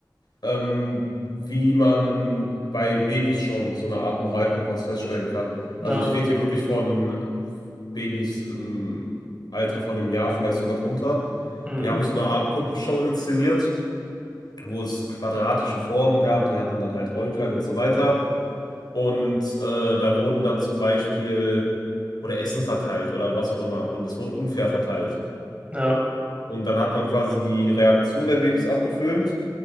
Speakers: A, on the left (about 65°); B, on the right (about 15°).
A: ähm, wie man bei Babys schon so eine Art Moralkompass feststellen kann.
B: Ja,
A: Also ich rede hier wirklich von Babys im Alter von einem Jahr, vielleicht sogar drunter.
B: mhm.
A: Die haben so eine Art Puppenshow inszeniert, wo es quadratische Formen gab, die hatten dann halt Äuglein und so weiter. Und äh, da wurden dann zum Beispiel oder Essen verteilt oder was auch immer. Und es wurde unfair verteilt.
B: Ja,
A: Und dann hat man quasi die Reaktion der Babys abgefilmt